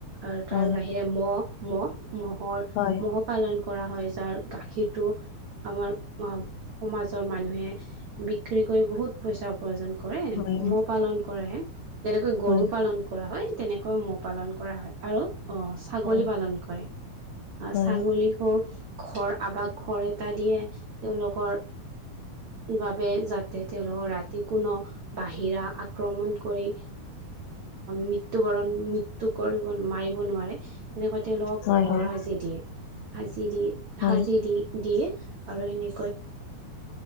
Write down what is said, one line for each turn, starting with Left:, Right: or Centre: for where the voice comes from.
Right: আৰু
Left: হয়
Right: তাৰ বাহিৰে মহ-মহ মহৰ
Left: হয়
Right: মহ' পালন কৰা হয় যাৰ গাখীৰটো আমাৰ অ সমাজৰ মানুহে বিক্ৰী কৰি বহুত পইচা উপাৰ্জন। কৰে
Left: হয়
Right: ম' পালন কৰেহে যেনেকৈ গৰু
Left: হয়
Right: পালন কৰা হয়। মৌ পালন কৰা হয় আৰু আহ ছাগলী
Left: হয় হয়
Right: পালন কৰে আহ
Left: হয়
Right: ছাগলীকো খৰ আবাক ঘৰ এটা দিয়ে। তেওঁলোকৰ বাবে যাতে তেওঁলোকক ৰাতি কোনোনো বাহিৰা আক্ৰমণ কৰি মৃত্যু বৰণ মৃত্য কৰিব মাৰিব নোৱাৰে। তেনেকুৱা তেওঁলোক
Left: হয়
Right: ঘৰ সাজি দিয়ে সি দি
Left: হয়
Right: সাজি দি দিয়ে আৰু সেনে